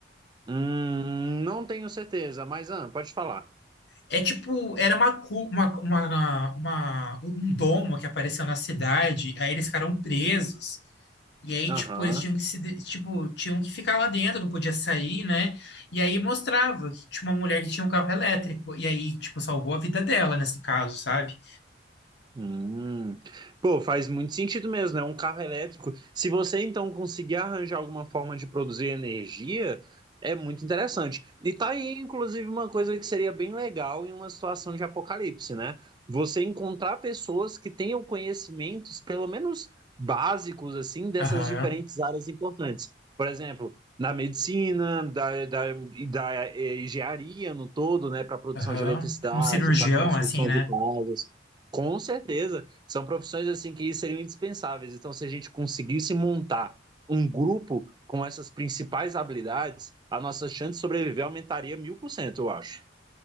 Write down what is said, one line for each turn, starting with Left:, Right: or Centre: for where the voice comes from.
Right: Hum, não tenho certeza, mas ah, pode falar.
Left: É tipo, era uma, cu- uma, uma, uma- um domo que apareceu na cidade, aí eles ficaram presos. E aí,
Right: Aham.
Left: tipo, eles tinham que se, de- tipo, tinham que ficar lá dentro, não podia sair, né? E aí mostrava que tinha uma mulher que tinha um carro elétrico. E aí, tipo, salvou a vida dela nesse caso, sabe?
Right: Hum. Pô, faz muito sentido mesmo, né? Um carro elétrico. Se você então conseguir arranjar alguma forma de produzir energia, é muito interessante. E tá aí, inclusive, uma coisa que seria bem legal em uma situação de apocalipse, né? Você encontrar pessoas que tenham conhecimentos, pelo menos básicos, assim, dessas
Left: Aham,
Right: diferentes áreas importantes. Por exemplo, na medicina, da, da, e da eh, engenharia no todo, né? Para produção
Left: aham.
Right: de eletricidade,
Left: Tipo Um cirurgião,
Right: para construção
Left: assim, né?
Right: de casas. Com certeza. São profissões assim que seriam indispensáveis. Então, se a gente conseguisse montar um grupo com essas principais habilidades, a nossa chance de sobreviver aumentaria mil por cento, eu acho.